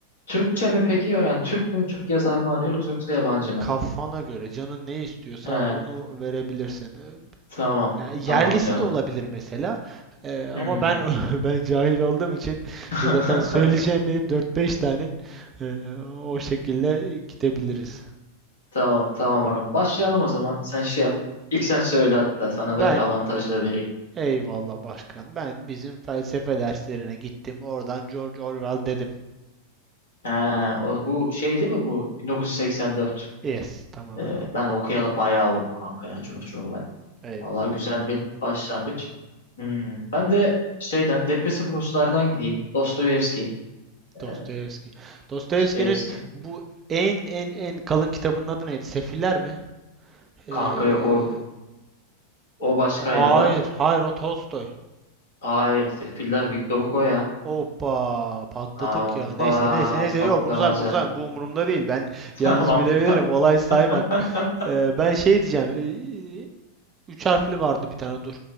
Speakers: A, on the left; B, on the right.
A: Türkçe mi peki? Yani Türk mü, Türk yazar mı arıyoruz yoksa yabancı mı?
B: Kafana göre canın ne istiyorsa
A: He.
B: onu verebilirsin. E,
A: Tamam.
B: Yani
A: Tamam
B: yerlisi
A: canım.
B: de olabilir mesela. Eee, ama
A: Hmm.
B: ben <laughs> ben cahil olduğum için
A: <laughs>
B: e, zaten söyleyeceğim benim dört beş tane. Eee, o şekilde gidebiliriz.
A: Tamam. Tamam ağam. Başlayalım o zaman. Sen şey yap. İlk sen söyle hatta. Sana
B: Ben
A: ben bir avantaj da vereyim.
B: eyvallah başkan. Ben bizim felsefe derslerine gittim. Oradan George Orwell dedim.
A: Ha, o, bu şey değil mi bu? 1984.
B: Yes, tamamen
A: Ee,
B: o.
A: ben okuyalı bayağı oldu kanka ya George Orwell.
B: Eyvallah.
A: Vallahi güzel bir başlangıç. Hmm. Ben de şeyden depresif Ruslardan gideyim. Dostoyevski. Ee,
B: Dostoyevski. Dostoyevski'nin
A: Dostoyevski.
B: bu en en en kalın kitabının adı neydi? Sefiller mi? Eee,
A: Kanka yok o, o başka
B: hayır,
A: yazar.
B: hayır o Tolstoy.
A: Hayır Sefiller Victor Hugo ya.
B: Hoppa patladık
A: Aba
B: ya. Neyse neyse neyse
A: patlamaca.
B: yok bunu say bunu say bu umurumda değil. Ben
A: <laughs>
B: yanlış
A: Tamam.
B: bilebilirim. Olay saymak.
A: <laughs>
B: Ee, ben şey diyeceğim. ee, üç harfli vardı bir tane dur.